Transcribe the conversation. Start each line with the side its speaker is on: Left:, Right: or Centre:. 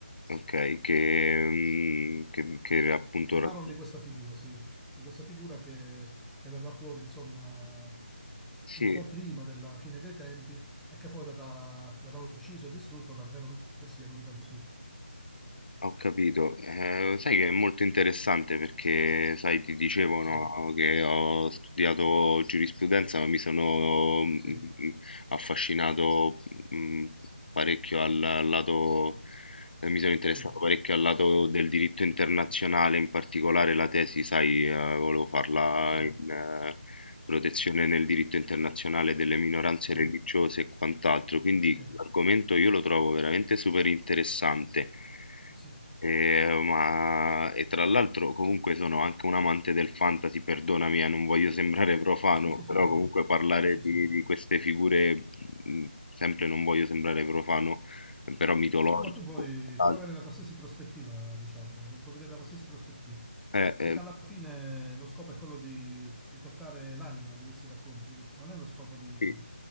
Left: ok, che, mm, che, che appunto...
Centre: che
Left: ra-
Centre: parlano di questa figura, sì, di questa figura che, che verrà fuori, insomma,
Left: Sì,
Centre: un po' prima della fine dei tempi e che poi verrà, verrà ucciso e distrutto dal vero Messia, quindi da Gesù.
Left: Ho capito, Eh, sai che è molto interessante perché, sai, ti dicevo
Centre: Sì,
Left: no, che ho studiato giurisprudenza, ma mi sono mm,
Centre: sì,
Left: mm, affascinato mm, parecchio al, al lato, eh, mi sono interessato
Centre: sì,
Left: parecchio al lato del diritto internazionale, in particolare la tesi, sai, eh, volevo farla
Centre: sì,
Left: in eh, protezione nel diritto internazionale delle minoranze
Centre: sì,
Left: religiose e quant'altro, quindi
Centre: sì. sì.
Left: l'argomento io lo trovo veramente super interessante.
Centre: Sì,
Left: Eh, ma... E tra l'altro comunque sono anche un amante del fantasy, perdonami, eh, non voglio sembrare profano,
Centre: sì, sì, sì,
Left: però
Centre: sì,
Left: comunque parlare
Centre: sì, sì,
Left: di,
Centre: sì.
Left: di queste figure, mh, sempre non voglio sembrare profano, eh, però mitologiche.
Centre: Sì, no, ma tu puoi,
Left: o quant'altro.
Centre: puoi avere da qualsiasi prospettiva, diciamo, lo puoi vedere da qualsiasi prospettiva,
Left: Eh,
Centre: perché
Left: eh,
Centre: alla fine lo scopo è quello di, di toccare l'anima di questi racconti, capito? Non è lo scopo di,
Left: sì.